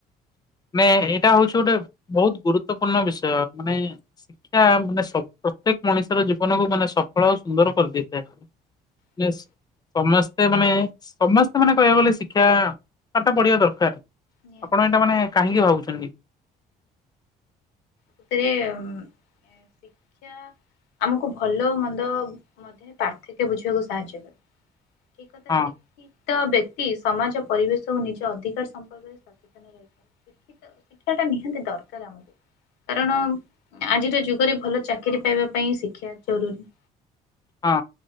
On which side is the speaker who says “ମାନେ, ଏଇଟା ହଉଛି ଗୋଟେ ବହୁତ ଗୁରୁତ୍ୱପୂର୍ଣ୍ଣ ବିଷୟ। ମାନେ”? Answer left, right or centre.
Left